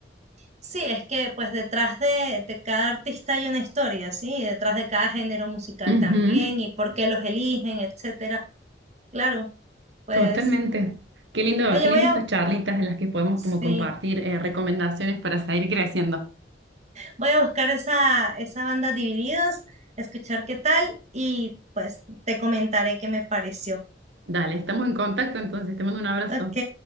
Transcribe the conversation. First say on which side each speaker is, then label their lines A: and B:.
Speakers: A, on the right; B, on the right.
A: Sí, es que pues detrás de, de cada artista hay una historia, ¿sí? Y detrás de cada género musical
B: Ujú,
A: también, y por qué los eligen, etcétera. Claro, pues,
B: Totalmente. Qué lindo,
A: oye,
B: qué lindo
A: voy a,
B: estas charlitas en las que podemos
A: sí,
B: como compartir eh, recomendaciones para seguir creciendo.
A: voy a buscar esa, esa banda Divididos, escuchar qué tal, y pues te comentaré qué me pareció.
B: Dale, estamos en contacto entonces. Te mando un abrazo.
A: Ok,